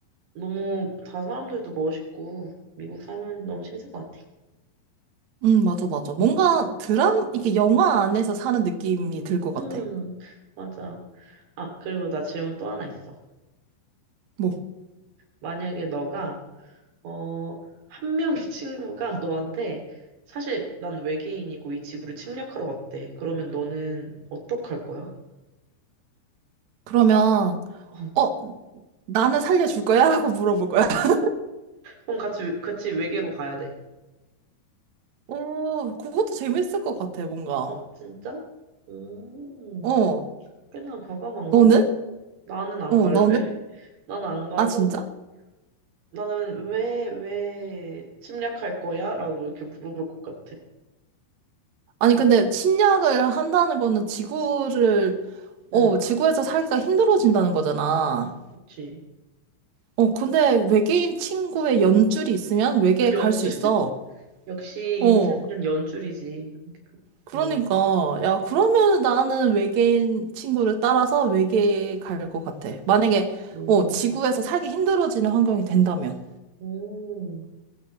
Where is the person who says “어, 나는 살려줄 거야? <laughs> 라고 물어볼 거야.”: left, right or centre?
Right